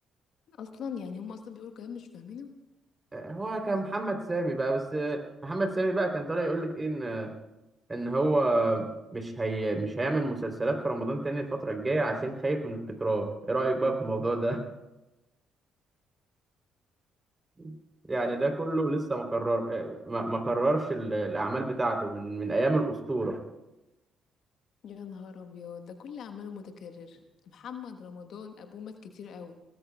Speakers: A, on the left; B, on the right.
A: اصلا يعني هم اصلا بيقولوا كلام مش فاهمينه
B: آه، هو كان محمد سامي بقى بس آه، محمد سامي بقى كان طالع يقول لك ايه ان هو مش هي مش هيعمل مسلسلات في رمضان تاني الفترة الجاية عشان خايف من التكرار ايه رأيك بقى في الموضوع ده <laughs> يعني ده كله لسه ما قرر آه، ما ما قررش ال- الاعمال بتاعته من من ايام الأسطورة
A: يا نهار ابيض ده كل اعماله متكرر محمد رمضان ابوه مات كتير قوي